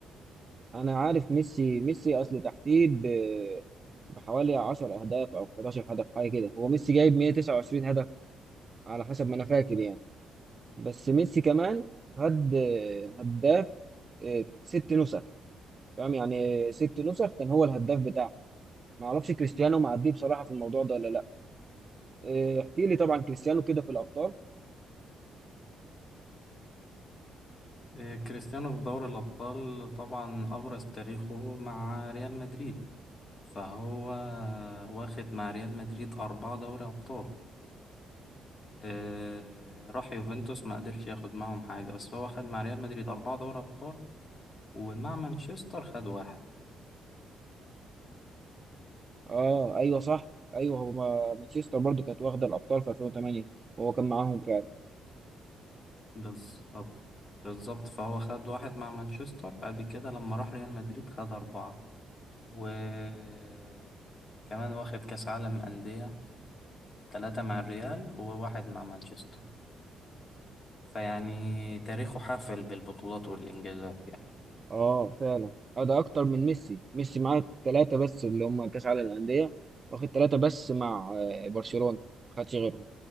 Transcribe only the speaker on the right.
أنا عارف ميسي ميسي أصل تحتيه ب- بحوالي 10 أهداف أو 11 هدف حاجة كده هو ميسي جايب 129 هدف على حسب ما أنا فاكر يعني بس ميسي كمان هد هداف آه، ست نسخ فاهم يعني ست نسخ كان هو الهداف بتاعه معرفش كريستيانو معديه بصراحة في الموضوع ده ولا لأ آه، احكي لي طبعا كريستيانو كده في الأبطال
أه أيوه صح أيوه هو ما- مانشستر برضو كانت واخدة الأبطال في 2008 وهو كان معاهم فعلا
اه فعلا اه ده اكتر من ميسي ميسي معاه ثلاثة بس اللي هم كاس عالم الأندية واخد ثلاثة بس مع آه، برشلونة ما خدش غيرهم